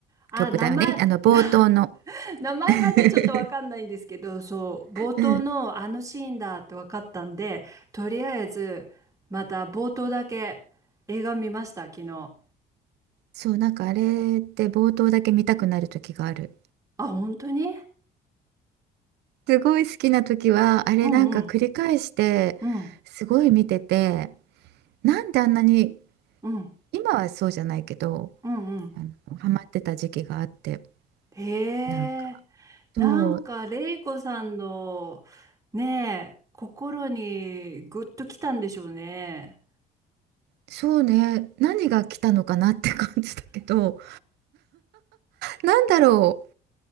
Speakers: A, on the right; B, on the right.
A: あ、
B: 曲だよね。
A: 名前、
B: あの、冒頭の。<laughs>
A: <laughs> 名前までちょっとわかんないんですけど、そう、冒頭のあのシーンだってわかったんで、
B: うん。
A: とりあえず、また冒頭だけ映画見ました、昨日。
B: そう、なんかあれって冒頭だけ見たくなる時がある。
A: あ、本当に
B: すごい好きな時は、あれなんか繰り返して、
A: うんうん、うん、
B: すごい見てて、なんであんなに、
A: うん、
B: 今はそうじゃないけど、
A: うん、うん。
B: あの、ハマってた時期があって、
A: へ
B: なんか、
A: え、なんか、
B: そう、
A: レイコさんの、ねえ、心にグッときたんでしょうね。
B: そうね、何が来たのかなって感じだけど、なんだろ